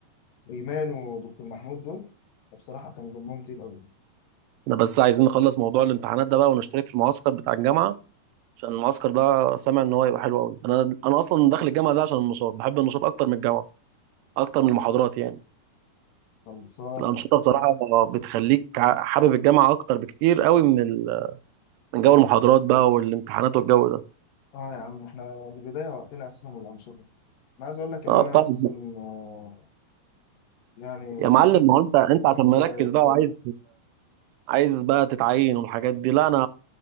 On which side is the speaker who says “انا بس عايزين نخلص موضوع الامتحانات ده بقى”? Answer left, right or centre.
Right